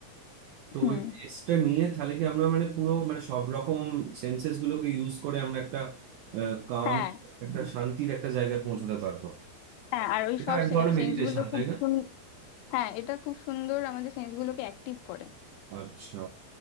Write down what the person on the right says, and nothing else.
তো
ওই টেস্টটা নিয়ে তাহলে কি আমরা মানে পুরো মানে সব রকম সেন্সেস গুলোকে ইউজ করে আমরা একটা কাম
একটা শান্তির একটা জায়গায় পৌঁছাতে পারবো
এটা
এক ধরনের
মেডিটেশন
তাই না
আচ্ছা